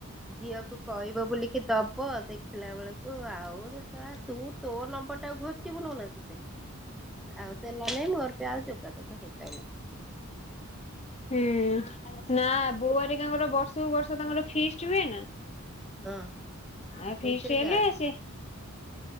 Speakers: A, in the centre; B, on the left (about 30°).
A: ଝିଅକୁ କହିବ ବୋଲିକି ଦବ ଦେ ଥିଲା ବେଳକୁ ଆଉରେ ତା ତୁ ତୋ ନମ୍ବର ଟାକୁ ଘୋଷିବୁ ନେଇନା ସେତେ। ଆଉ ଦେଲା ନେଇଁ ମୋର ସେ ଆଉ ଯୋଗାଯୋଗ ହେଇପାଇଲାନି।
B: ହୁଁ ନା ବୋଉ ଏରୀ କାଙ୍କର ବର୍ଷକୁ ବର୍ଷ ତାଙ୍କର ଫିଷ୍ଟ ହୁଏ ନା।
A: ହଁ
B: ଆ
A: ସେଇଥିରେ
B: ଫିଷ୍ଟ ହେଲେ
A: ଯାଆନ୍ତି
B: ସିଏ